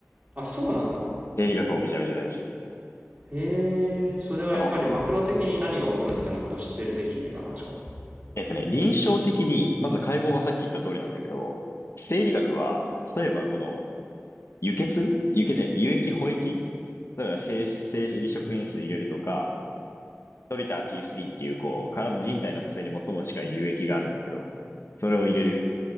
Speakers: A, on the right; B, on the left.
A: あ、そうなんだ。
B: 生理学もめちゃめちゃ大事。
A: へえ、それはやっぱりマクロ的に何が起こるみたいなことを知ってるべきみたいな話か。
B: その、えっとね、臨床的に、まず解剖はさっき言った通りなんだけど、生理学は、例えばこの、輸血輸血じゃない、輸液、補液例えば生、生理食塩水入れるとか、トリター T3 っていう、こう、体、人体の組成に最も近い輸液があるんだけど、それを入れる